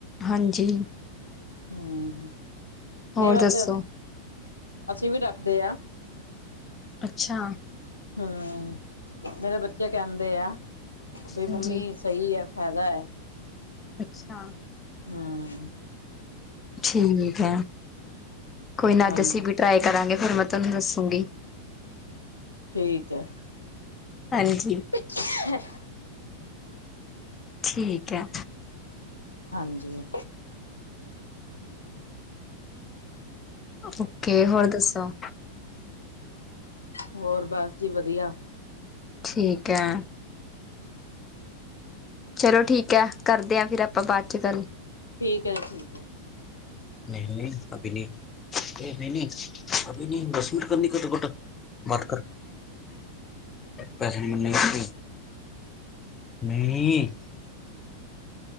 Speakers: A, on the left (about 20°); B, on the left (about 80°).
A: ਹਾਂਜੀ।
B: ਹੂੰ, ਨਹੀਂ
A: ਹੋਰ
B: ਵੈਸੇ,
A: ਦੱਸੋ
B: ਅਸੀਂ ਵੀ ਡਰਦੇ ਹਾਂ।
A: ਅੱਛਾ।
B: ਹਾਂ, ਮੇਰੇ ਬੱਚੇ ਕਹਿੰਦੇ ਆ, ਵੀ ਮੰਮੀ
A: ਹਾਂਜੀ
B: ਸਹੀ ਹੈ ਫਾਇਦਾ ਹੈ।
A: ਅੱਛਾ।
B: ਹਾਂ।
A: ਠੀਕ ਹੈ, ਕੋਈ ਨਾ
B: ਹਾਂਜੀ
A: ਅੱਜ ਅਸੀਂ ਵੀ ਟਰਾਈ ਕਰਾਂਗੇ ਫਿਰ ਮੈਂ ਤੁਹਾਨੂੰ ਦੱਸੂਗੀ।
B: ਠੀਕ ਹੈ।
A: ਹਾਂਜੀ।
B: <unintelligible>
A: ਠੀਕ ਹੈ।
B: ਹਾਂਜੀ।
A: ਓਕੇ, ਹੋਰ ਦੱਸੋ?
B: ਹੋਰ ਬਸ ਜੀ ਵਧੀਆ।
A: ਠੀਕ ਐ। ਚਲੋ ਠੀਕ ਐ, ਕਰਦੇ ਆ ਫੇਰ ਆਪਾਂ ਬਾਅਦ ਚ ਗੱਲ।
B: ਠੀਕ ਹੈ ਜੀ ਠੀਕ ਹੈ
A: ਨਹੀਂ-ਨਹੀਂ, ਅਭੀ ਨੀ, ਇਹ ਮ ਅਭੀ ਨਹੀਂ ਦ <unintelligible> ਦੀ ਕਦਵ ਕੁੱਟ, ਬਾਤ ਕਰ ਪੈਸੇੇ ਨਹੀਂ, ਨਹੀਂ,